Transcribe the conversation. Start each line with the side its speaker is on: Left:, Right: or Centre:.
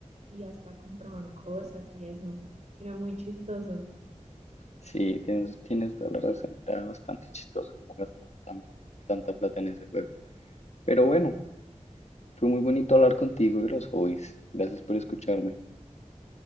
Right: y hasta compraban cosas y eso. Era muy chistoso.
Left: Sí, tienes, tienes toda la razón. Era bastante chistoso cómo gastaban tan- tanta plata en ese juego. Pero bueno, fue muy bonito hablar contigo de los hobbies. Gracias por escucharme.